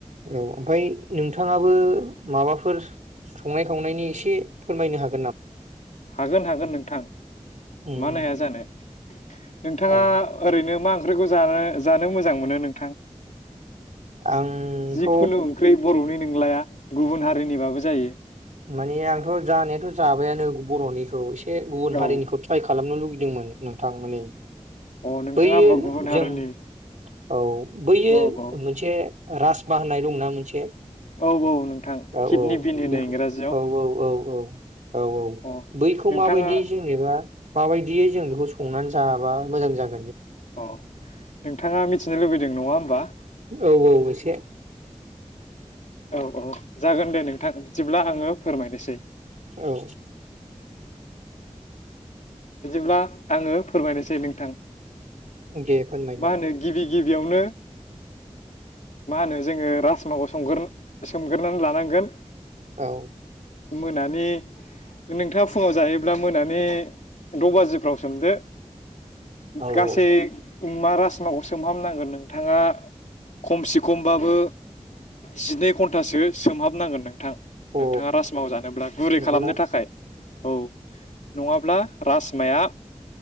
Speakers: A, on the right; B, on the left.
A: औ ओमफाय नोंथाङाबो माबाफोर संनाय संनायनि एसे फोरमायनो हागो
B: हागोन हागोन नोंथां
A: उम
B: मानो हाया जानो नोंथाङा
A: औ
B: ओरैनो मा ओं ख्रैखौ जानो जानो मोजां मोनो नोंथां?
A: आंथ'
B: जिखुनु ओंख्रि बर'नि नंलाया गुबुन हारिनिबाबो जायो।
A: माने आंथ' जानायाथ' जाबायान नो बर'निखौ ए से गुबुन
B: औ
A: हारिनिखौ ट्राय खालामनो लुगै दोंमोन नोंथां माने।
B: अ नोंथाङा
A: बैयो
B: होमबा गुबुन हारिनि
A: जों औ बैयो
B: औ औ
A: मोनसे राजमा होननाय दंना मोनसे।
B: औ औ नोंथां
A: औ
B: किडनि
A: औ
B: बिन होनो
A: बेखौ
B: इंराजि
A: औ औ औ औ औ औ
B: अ
A: बैखौ
B: नोंथाङा
A: माबायदि जेनेबा माबायदियै जों बेखौ संनानै जाबा मोजां जाग
B: अ नोंथाङा मिथिनो लुबैदों नङा होमबा?
A: औ औ एसे।
B: औ औ जागोन दे नोंथां बिदिब्ला आङो फोरमायनोसै।
A: औ
B: बिदिब्ला आङो फोरमायनोसै नोंथां।
A: दे फोरमायदो।
B: मा होनो गिबि गिबियावनो मा होनो जोङो राजमाखौ संगोर सोमगोरनानै लानांगोन।
A: औ
B: मोनानि नोंथाङा फुङाव जायोब्ला मोनानि द' बाजिफ्राव सोमदो
A: औ
B: गासै
A: औ
B: मारास माखौ सोमहाबनांगोन नोंथाङा खमसे खमबाबो जिनै घन्टासो सोमहाबनांगोन नोंथां। नोंथाङा
A: अ
B: राजमाव जानोब्ला गुरै
A: नंगौना
B: खालामनो थाखाय औ। नङाब्ला राजासमाया